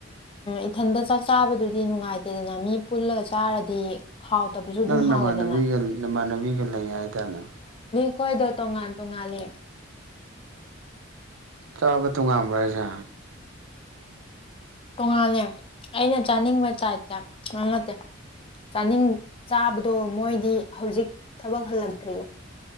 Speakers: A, on the left (about 30°); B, on the right (about 75°).
A: ꯏꯊꯟꯗ ꯆꯥꯛ ꯆꯥꯕꯗꯨꯗꯤ ꯅꯨꯡꯉꯥꯏꯇꯦꯗꯅ ꯃꯤ ꯄꯨꯜꯂꯒ ꯆꯥꯔꯗꯤ ꯍꯥꯎꯇꯕꯁꯨ ꯑꯗꯨꯝ
B: ꯅꯪ ꯅ
A: ꯍꯥꯎꯋꯤꯗꯅ
B: ꯃꯥꯥꯟꯅꯦꯒ ꯅ ꯃꯥꯅꯦ <unintelligible> <unintelligible> ꯂꯩꯉ ꯍꯥꯏꯇꯥꯅ
A: ꯑꯩꯈꯣꯏꯗꯣ ꯇꯣꯉꯥꯟ ꯇꯣꯡꯉꯥꯂꯦ
B: ꯆꯥꯕ ꯇꯣꯉꯥꯟꯕ꯭ꯔꯥ ꯍꯥꯏꯁꯦ
A: ꯇꯣꯉꯥꯜꯂꯦ ꯑꯩꯅ ꯆꯥꯅꯤꯡꯕ ꯆꯥꯏꯠꯇ ꯉꯥꯡꯉꯗꯦ ꯆꯥꯅꯤꯡ ꯆꯥꯕꯗꯣ ꯃꯣꯏꯗꯤ ꯍꯧꯖꯤꯛ ꯊꯕꯛ ꯍꯜꯂꯛꯇ꯭ꯔꯤꯌꯦ